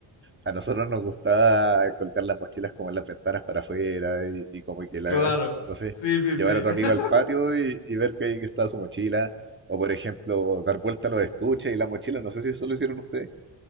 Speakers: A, on the right; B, on the left.
A: A nosotros nos gustaba colgar las mochilas como en las ventanas para afuera y, y como que la,
B: claro.
A: no sé,
B: Sí, sí,
A: llevar
B: sí.
A: a tu
B: <laughs>
A: amigo al patio y, y ver que ahí que estaba su mochila. O por ejemplo, dar vuelta a los estuches y las mochilas. No sé si eso lo hicieron ustedes.